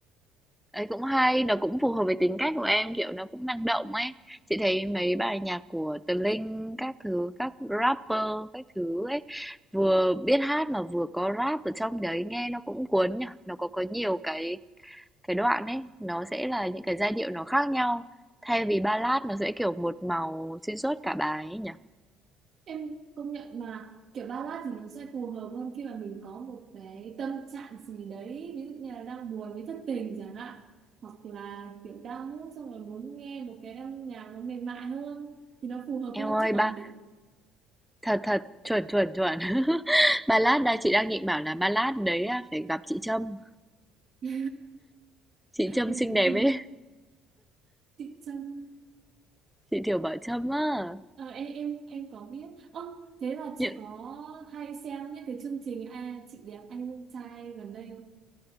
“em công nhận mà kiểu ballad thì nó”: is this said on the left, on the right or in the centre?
Right